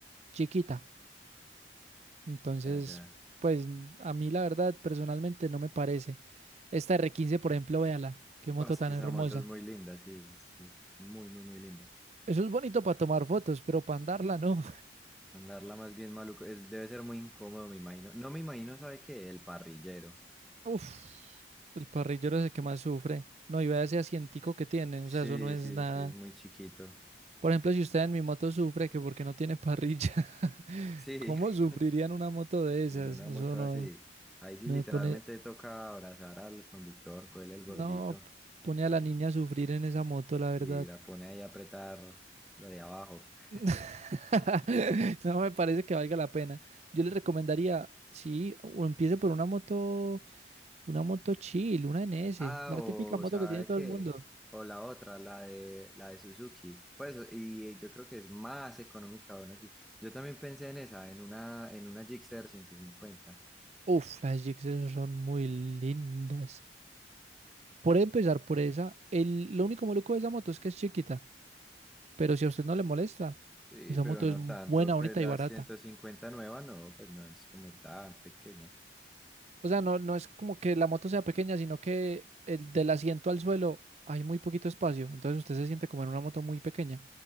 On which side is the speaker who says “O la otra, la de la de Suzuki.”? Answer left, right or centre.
Centre